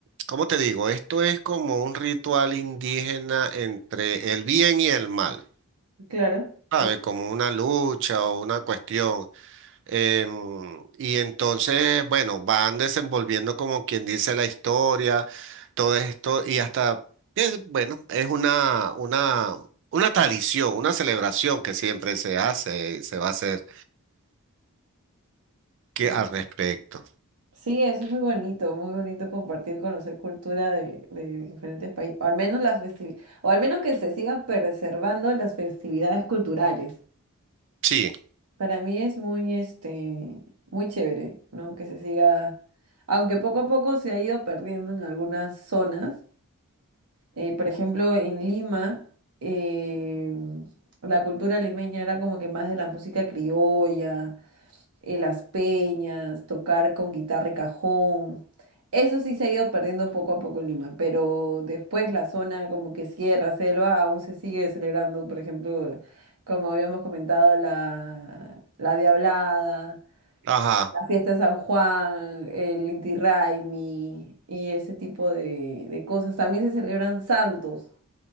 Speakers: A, on the right (about 55°); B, on the right (about 80°).
A: ¿cómo te digo? Esto es como un ritual indígena entre el bien y el mal.
B: claro.
A: sabe,
B: ok,
A: Como una lucha o una cuestión. Em, y entonces, bueno, van desenvolviendo como quien dice la historia, todo esto, y hasta, es, bueno, es una, una, una tradición, una celebración que siempre se hace y se va a hacer que,
B: mm.
A: al respecto.
B: Sí, eso es muy bonito, muy bonito compartir, conocer cultura de, de diferentes países, o al menos las festivi- o al menos que se sigan preservando las festividades culturales.
A: Sí,
B: Para mí es muy, este, muy chévere, ¿no? Que se siga, aunque poco a poco se ha ido perdiendo en algunas zonas Eh, por ejemplo, en Lima, eh, la cultura limeña era como que más de la música criolla, eh, las peñas, tocar con guitarra y cajón. Eso sí se ha ido perdiendo poco a poco en Lima, pero después la zona como que sierra, selva, aún se sigue celebrando, por ejemplo, como habíamos comentado, la, la Diablada,
A: ajá.
B: la fiesta de San Juan, el Inti Raymi y ese tipo de de cosas. También se celebran santos.